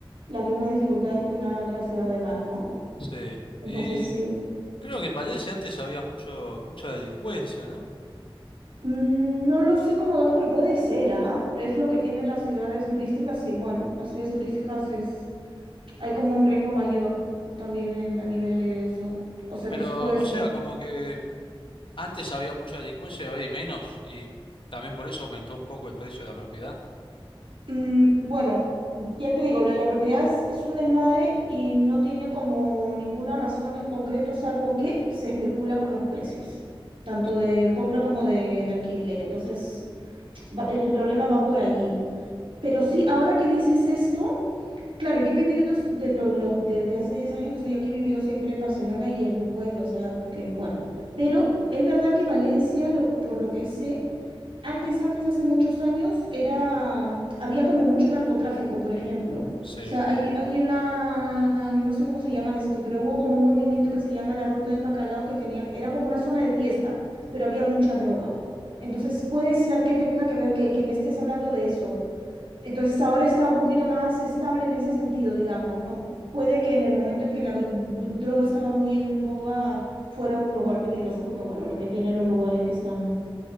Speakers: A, on the right; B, on the left.
A: las mismas dificultades que una gran ciudad de mar, ¿no?
B: sí.
A: Entonces
B: Y
A: sí.
B: creo que en Valencia antes había mucho, mucha delincuencia, ¿no?
A: Mm, No lo sé como dato, pero puede ser, ¿ah? Es lo que tienen las ciudades turísticas, sí. Bueno, las ciudades turísticas
B: Ya terminé.
A: es hay como un riesgo mayor también en- a nivel de eso. O sea
B: Pero,
A: que sí puede
B: o
A: ser.
B: sea, como que antes había mucha delincuencia y ahora hay menos, y también por eso aumentó un poco el precio de la propiedad.
A: Mm, bueno, ya te digo, lo de la propiedad es, es un desmadre y no tiene como ninguna razón en concreto, salvo que se especula con los precios, tanto
B: Sí.
A: de compra como de, de alquiler. Entonces, va- el problema va por allí. Pero sí, ahora que dices esto. Claro, yo he vivido s- de los, los- desde hace 10 años que estoy aquí, he vivido siempre en Barcelona y en un pueblo, o sea, que bueno, pero es verdad que Valencia, lo- por lo que sé, antes, antes, hace muchos años, era, mm, había como mucho narcotráfico, por ejemplo.
B: Sí.
A: O sea, hay, hay una, no sé cómo se llama esto, pero hubo como un movimiento que se llama la Ruta del Bacalao que tenía, era como una zona de fiesta, pero había mucha droga. Entonces puede ser que tenga que ver, que, que me estés hablando de eso entonces ahora está un poquito más estable en ese sentido, digamos, ¿no? Puede que en el momento en que la gr- droga estaba muy en boga fuera un lugar peligroso, porque bueno, lo que tienen los lugares que están